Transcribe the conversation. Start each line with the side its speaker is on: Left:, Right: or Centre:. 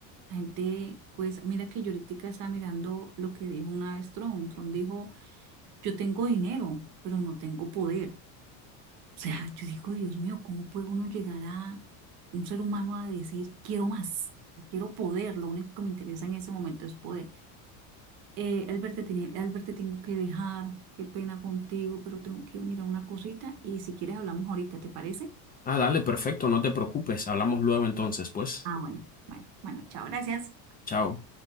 Right: La gente, pues, mira que yo ahorita estaba mirando lo que dijo una vez Tron. Tron dijo, yo tengo dinero, pero no tengo poder. O sea, yo digo, Dios mío, ¿cómo puede uno llegar a un ser humano a decir, quiero más, quiero poder? Lo único que me interesa en ese momento es poder. Eh, Albert, te tiene- Albert, te tengo que dejar. Qué pena contigo, pero tengo que ir a mirar una cosita y si quieres hablamos ahorita, ¿te parece?
Left: Ah, dale, perfecto, no te preocupes, hablamos luego entonces, pues.
Right: Ah, bueno. Bueno, bueno, chao, gracias.
Left: Chao.